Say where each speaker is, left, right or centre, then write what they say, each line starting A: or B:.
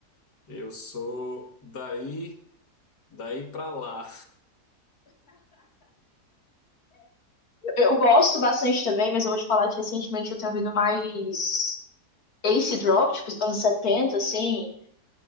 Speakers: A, on the left; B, on the left.
A: Eu sou daí, daí pra lá.
B: eu gosto bastante também, mas eu vou te falar que recentemente eu tenho ouvido mais acid rock, tipo, os anos 70, assim,